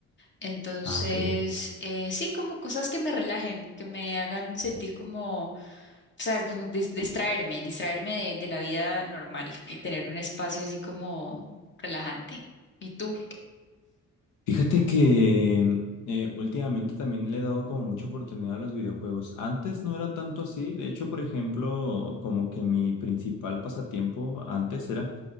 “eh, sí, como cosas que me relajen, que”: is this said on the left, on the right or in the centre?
Left